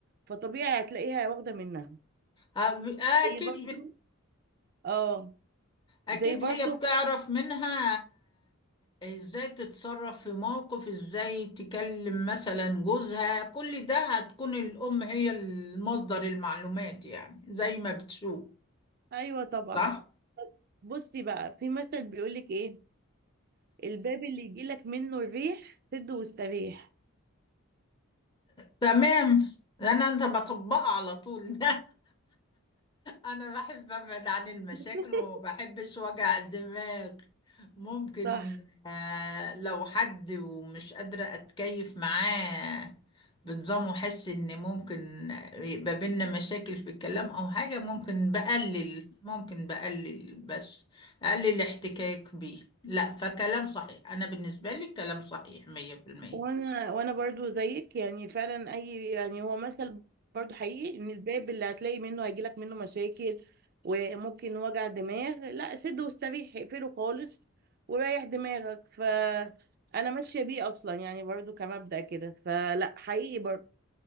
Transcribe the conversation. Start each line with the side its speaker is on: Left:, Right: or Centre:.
Right: فطبيعي هتلاقيها واخدة منها
Left: آه، ب- اكيد
Right: زي برضو
Left: بت...
Right: اه
Left: اكيد
Right: زي برضو
Left: هي بتعرف منها ازاي تتصرف في موقف ازاي تكلم مثلا جوزها كل ده هتكون الام هي المصدر المعلومات يعني زي ما بتشوف
Right: ايوه طبعا
Left: صح
Right: بصي بقى في مثل بيقولك ايه الباب اللي يجيلك منه الريح سد واستريح
Left: تمام انا انت بطبقها على طول <laughs> انا بحب ابعد عن المشاكل
Right: <laughs>
Left: وما بحبش وجع الدماغ ممكن
Right: صح
Left: آه لو حد ومش قادرة اتكيف معاه بنظام واحس ان ممكن يبقى بينا مشاكل في الكلام او حاجة ممكن بقلل ممكن بقلل بس اقلل الاحتكاك بيه لا فكلام صحيح انا بالنسبة لي كلام صحيح 100%
Right: وانا وانا برضو زيك يعني فعلا اي يعني هو مثل برضو حقيقي ان الباب اللي هتلاقي منه هيجيلك منه مشاكل وممكن وجع دماغ لا سد واستريح اقفله خالص وريح دماغك فانا ماشيه بيه اصلا يعني برضو كمبدأ كده فلا حقيقي برضو